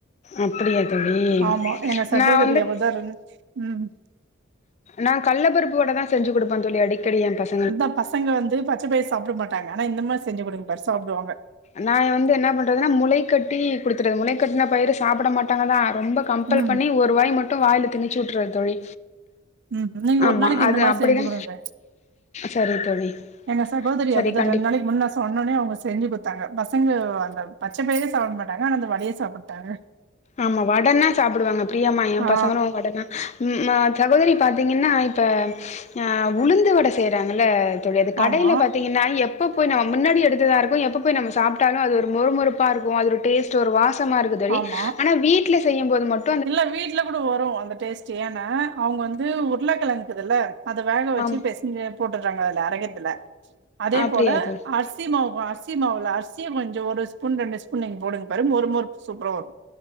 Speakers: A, on the left; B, on the right.
A: அப்படியா தோழி
B: ஆமா எங்க சகோதரி
A: நா வந்து
B: அப்படித்தா இருக்கணுன் ம்
A: நா கள்ள பருப்பு வட தா செஞ்சு கொடுப்பே தோழி அடிக்கடி எ பச
B: அதா பசங்க வந்து பச்ச பயிர் சாப்பட மாட்டாங்க ஆனா இந்த மார் செஞ்சு கொடுங்க பார் சாப்டுவாங்க
A: நா வந்து என்ன பண்றதுன்னா முளைக்கட்டி கொடுத்துறது முளைக்கட்ன பயிர சாப்பட மாட்டாங்க தா ரொம்ப கம்பல்
B: ம்
A: பண்ணி ஒரு வாய் மட்டு வாயில திணிச்சு உட்ருவ தோழி
B: ம் நீங்க
A: ஆமா
B: ஒரு நாளைக்கு
A: அது
B: இந்த மார்
A: அப்படிதா
B: செஞ்சு கொடுங்க
A: சரி தோழி
B: எங்க சகோதரி
A: சரி
B: அப்போதா
A: கண்டிப்பா
B: ரெண் நாளைக் முன்ன சொன்னோனே அவங்க செஞ்சு குத்தாங்க பசங்க அந்த பச்ச பயிரே சாப் மாட்டாங்க ஆனா அந்த வடைய சாப்புட்டாங்க
A: ஆமா வடன்னா சாப்புடுவாங்க பிரியம்மா எ
B: ஆ
A: பசங்கங்களு வடன்னா ம் அ சகோதரி பாத்தீங்கன்னா இப்ப ஆ உளுந்து வட செய்றாங்கல்ல தோழி அது கடையில
B: ஆமா
A: பாத்தீங்கன்னா எப் எப்ப போய் நம் முன்னாடி எடுத்ததா இருக்கு எப்ப போய் நம்ம சாப்ட்டாலு அது ஒரு மொறு மொறுப்பா இருக்கு அதோட டேஸ்ட் டு ஒரு வாசமா இருக்கு தோழி
B: ஆமா
A: ஆனா வீட்டுல செய்யும்போது மட்
B: இல்ல வீட்டுல கூட வரு அந்த டேஸ்ட்டு ஏன்னா அவங்க வந்து உருளக்கிழங்குக்குதுல்ல அது வேக வச்சு
A: ஆமா
B: பெஸ்ஞ்சு போட்டுற்றாங்க அதல அரக்கத்துல அதே
A: அப்டியா
B: போல
A: தோழி
B: அரிசிமாவு அரிசி சி மாவுல அரிசிய கொஞ்சோ ஒரு ஸ்பூன் ரெண்டு ஸ்பூன் நீங் போடுங் பாரு மொறு மொரூப் சூப்பரரா வரு